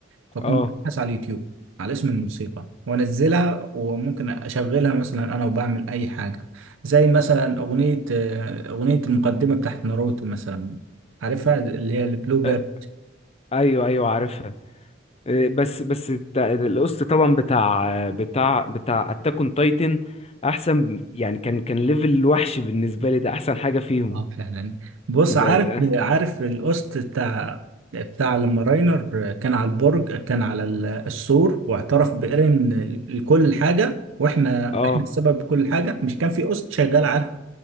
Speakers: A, on the right; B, on the left.
A: فكنت
B: اه
A: ابحث على اليوتيوب على اسم الموسيقى وانزلها وممكن اشغلها مثلا انا وبعمل اي حاجه زي مثلا اغنيه اغنيه المقدمه بتاعت ناروتو مثلا عارفها اللي هي البلو بيرد
B: آه، ايوه ايوه عارفها آه، بس بس بتاع- القسط طبعا بتاع بتاع بتاع اتاك اون تايتن احسن يعني كان كان ليفل وحش بالنسبه لي ده احسن حاجه فيهم
A: اه فعلا بص عارف
B: ده ده
A: عارف القسط بتاع بتاع لما راينر كان على البرج كان على ال- السور واعترف بإيرين لكل حاجة واحنا
B: اه
A: احنا السبب بكل حاجة مش كان في قسط شغال على